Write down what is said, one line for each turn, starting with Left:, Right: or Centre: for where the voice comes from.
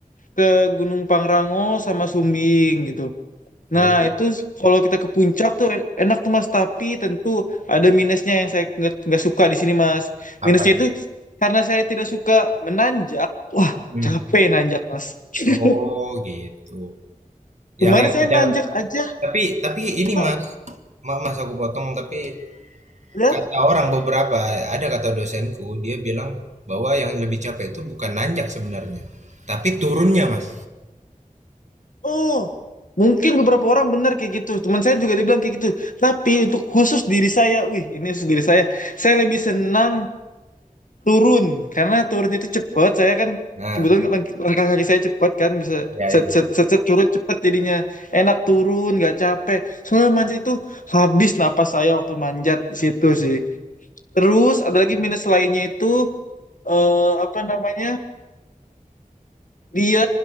Left: ke Gunung Pangrango sama Sumbing gitu.
Right: Oh,
Left: Nah, itu kalau kita ke puncak tuh en- enak tuh Mas, tapi tentu ada minusnya yang saya nggak nggak suka di sini Mas.
Right: apa
Left: Minusnya
Right: gitu?
Left: itu karena saya tidak suka menanjak, wah
Right: Hmm.
Left: capek nanjak Mas. <laughs>
Right: Oh gitu. Yang
Left: Kemarin
Right: yang
Left: saya nanjak aja,
Right: tapi tapi ini
Left: Pak,
Right: Mas, maaf Mas aku potong tapi
Left: ya.
Right: Kata orang beberapa, ada kata dosenku, dia bilang bahwa yang lebih capek itu bukan nanjak sebenarnya, tapi turunnya, Mas.
Left: Oh, mungkin beberapa orang benar kayak gitu. Teman saya juga dibilang kayak gitu. Tapi untuk khusus diri saya, wih, ini khusus diri saya. Saya lebih senang turun karena turun itu cepat saya kan
Right: Nah,
Left: kebetulan lang- langkah kaki saya cepat kan bisa
Right: ya
Left: set
Right: ya.
Left: set set, set, turun cepat jadinya enak turun nggak capek soalnya manjat itu habis napas saya waktu manjat di situ sih terus ada lagi minus lainnya itu eh, apa namanya dia